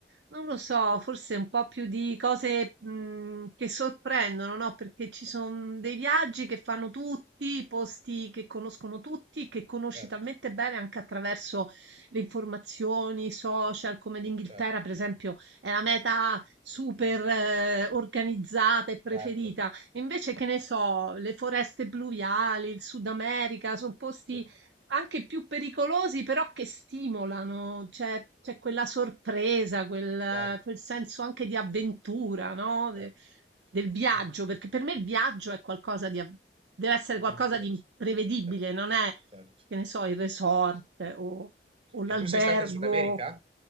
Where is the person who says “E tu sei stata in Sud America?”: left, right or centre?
Right